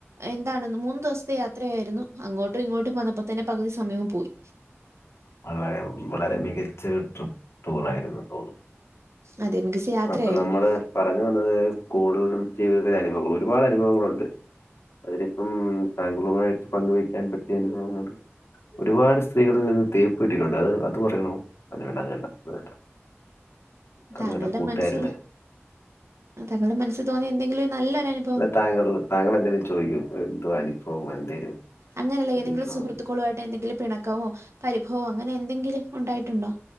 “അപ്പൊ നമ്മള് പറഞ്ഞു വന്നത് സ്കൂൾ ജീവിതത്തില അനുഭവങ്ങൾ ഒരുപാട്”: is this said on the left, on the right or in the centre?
Left